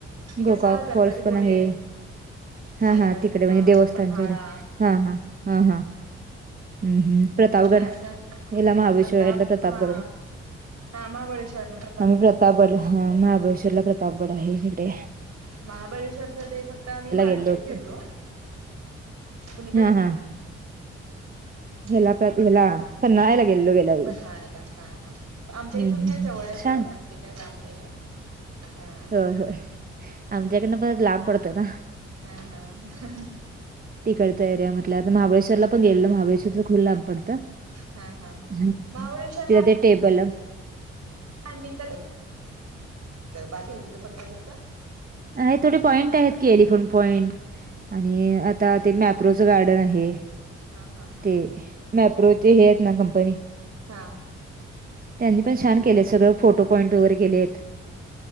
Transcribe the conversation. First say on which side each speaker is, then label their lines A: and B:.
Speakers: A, on the right; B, on the right.
A: मी
B: गोकाक
A: कसं गणपतीपुळे
B: फॉल्स पण आहे. हा,
A: रायगड
B: हा तिकडे
A: किल्ला
B: म्हणजे देवस्थानच्याडे
A: पन्हाळा
B: हा, हा, हा, हा हम्म, हम्म प्रतापगड
A: हे असं
B: एला
A: नाही
B: महावेश्वरला
A: प्रताप
B: प्रतापगड
A: हा हा महाबळेश्वर ना
B: आम्ही प्रतापगड
A: पण बघितलंय
B: ह महाबळेश्वरला प्रतापगड आहे हिकडेे
A: महाबळेश्वरच ते फक्त आम्ही मार्केट
B: गेलो होतो
A: फिरलो. कुणीकडं?
B: हा हा
A: <unintelligible>
B: ह्याला प्र ह्याला पन्हाळ्याला गेलेलो गेल्यावेळी
A: पन्हाळ्याला हा, हा आमच्या
B: हम्म
A: इथून
B: हम्म
A: काय
B: हम्म.
A: जवळ आहे सोडा
B: छान
A: पण ते काय लांब नाही आहे, हा
B: हं, हं आमच्याकडंन फार लांब पडत का
A: ह, ह, अं, अं, हं
B: तिकडच्या एरिया मधलं आता महाबळेश्वरला पण गेलेल महाबळेश्वर तर खुल लांब पडतं.
A: हा हा
B: हं,
A: महाबळेश्वरला
B: ति ते टेबला
A: मी तर, बाकी तिथं बघण्यासारखं?
B: आहे थोडे पॉईंट आहेत की एलिफोन पॉईंट. आणि आता ते मॅप्रोच गार्डन आहे.
A: हा हा हा
B: ते मॅप्रोच हे त ना कंपनी
A: हा
B: त्यांनी पण छान केले सगळं, फोटो पॉईंट वगैरे केलेत.